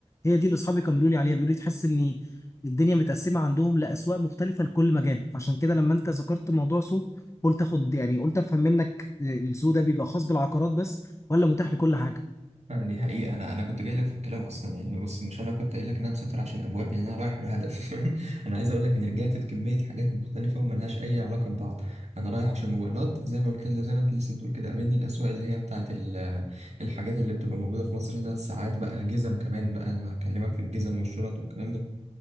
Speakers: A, on the left; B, on the right.
A: هي دي اللي اصحابي كانوا بيقولوا لي عليها بيقولوا لي تحس ان الدنيا متقسمه عندهم لاسواق مختلفه لكل مجال فعشان كده لما انت ذكرت موضوع سوق قلت اخد يعني قلت افهم منك آه، السوق ده بيبقى خاص بالعقارات بس ولا متاح لكل حاجه
B: آه، دي حقيقة أنا أنا كنت جاي لك في الكلام أصلا يعني بص مش أنا كنت قايل لك إن أنا مسافر عشان أبواب يعني أنا رايح بهدف <laughs> أنا عايز أقول لك إني رجعت بكمية حاجات مختلفة وملهاش أي علاقة ببعض أنا رايح عشان موبايلات زي ما قلت زي ما أنت لسه بتقول كده قابلني الأسواق اللي هي بتاعة ال- الحاجات اللي بتبقى موجودة في مصر هنا الساعات بقى جزم كمان بقى أنا بكلمك في الجزم والشنط والكلام ده